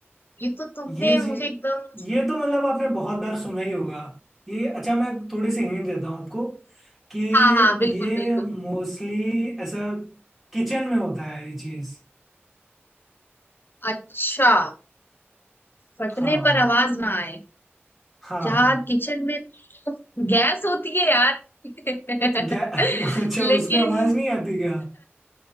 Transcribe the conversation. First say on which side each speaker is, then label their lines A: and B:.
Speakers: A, on the left (about 50°); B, in the centre.
A: ये तो तुमने
B: ये जी
A: मुझे एकदम
B: ये तो मतलब आपने बहुत बार सुना ही होगा ये अच्छा मैं थोड़ी सी हिंट देता हूँ आपको कि
A: हाँ हाँ बिल्कुल
B: ये
A: बिल्कुल
B: मोस्टली ऐसा किचन में होता है ये चीज
A: अच्छा फटने
B: हाँ
A: पर आवाज ना आए
B: हाँ
A: यार
B: हाँ
A: किचन में तो गैस होती है यार <laughs>
B: क्या <laughs> अच्छा
A: लेकिन
B: उसमें आवाज नहीं आती क्या